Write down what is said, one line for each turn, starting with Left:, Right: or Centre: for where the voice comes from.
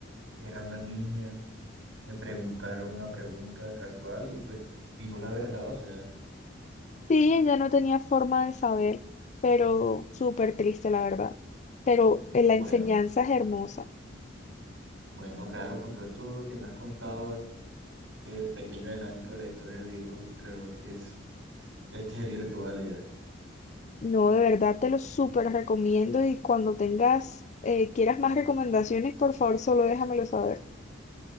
Right: era una niña, le preguntaron una pregunta casual y pues dijo la verdad, o sea,
Left: Sí, ella no tenía forma de saber, pero súper triste, la verdad. Pero eh, la
Right: bueno,
Left: enseñanza es hermosa.
Right: bueno, claro, con todo esto que me has contado, este pequeño adelanto de la historia del libro, creo que es, este es el libro que voy a leer.
Left: No, de verdad te lo súper recomiendo y cuando tengas, eh, quieras más recomendaciones, por favor, solo déjamelo saber.